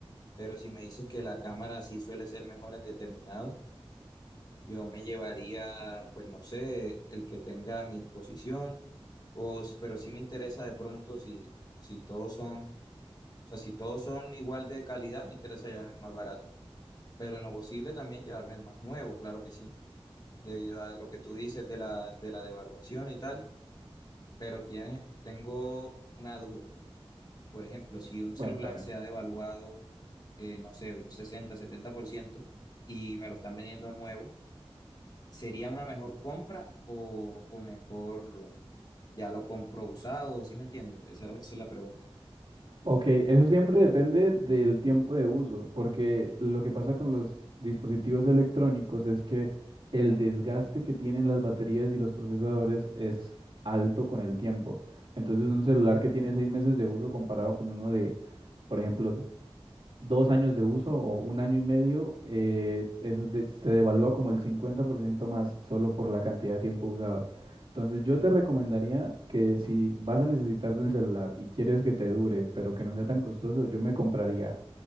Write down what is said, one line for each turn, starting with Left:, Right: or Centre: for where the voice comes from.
Left: Pero si me dices que la cámara sí suele ser mejor en determinados, Yo me llevaría, pues no sé, el que tenga a mi disposición, o, s- pero sí me interesa de pronto si, si todos son, o sea, si todos son igual de calidad, me interesa llevar el más barato, pero en lo posible también llevarme el más nuevo, claro que sí, debido a lo que tú dices de la, de la devaluación y tal, pero tienes, tengo una duda. Por ejemplo, si un celular
Right: Cuéntame.
Left: se ha devaluado, eh, no sé, un sesenta setenta por ciento y me lo están vendiendo nuevo ¿Sería una mejor compra o, o mejor ya lo compro usado? ¿Sí me entiendes? Esa, era- esa es la pregunta.
Right: Ok, eso siempre depende del tiempo de uso, porque lo que pasa con los dispositivos electrónicos es que el desgaste que tienen las baterías y los procesadores es alto con el tiempo. Entonces un celular que tiene seis meses de uso comparado con uno de por ejemplo, dos años de uso o un año y medio, eh, eso de- se devalúa como el 50% más solo por la cantidad de tiempo usado. Entonces yo te recomendaría que si vas a necesitar del celular y quieres que te dure, pero que no sea tan costoso, yo me compraría